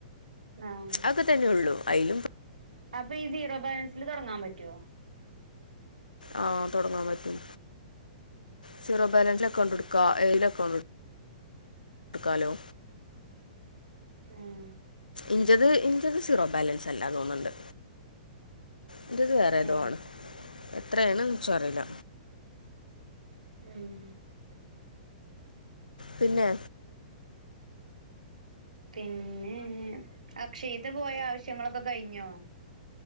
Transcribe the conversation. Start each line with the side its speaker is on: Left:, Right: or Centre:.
Right: ആഹ്
Left: അതൊക്കെ തന്നെ ഉള്ളൂ അയിലും
Right: അപ്പൊ ഈ സീറോ ബാലൻസില് തൊടങ്ങാൻ പറ്റോ?
Left: ആഹ് തൊടങ്ങാൻ പറ്റും സിറോ ബാലൻസില് അക്കൗണ്ട് എടുക്കാ ഏതിലും അക്കൗണ്ട് എടുക്ക എടുക്കാലോ
Right: ഉം
Left: ഇഞ്ചത് ഇൻ്റെത് സീറോ ബാലൻസ് അല്ലാ തോന്ന്ണ്ട് ഇന്റത് വേറെ
Right: ഏ
Left: ഏതോ ആണ് എത്രയാണെന്ന് എൻച്ചും അറിയില്ല.
Right: ഉം
Left: പിന്നെ
Right: പിന്നെ അക്ഷയത്ത് പോയ ആവശ്യങ്ങളൊക്കെ കയിഞ്ഞോ?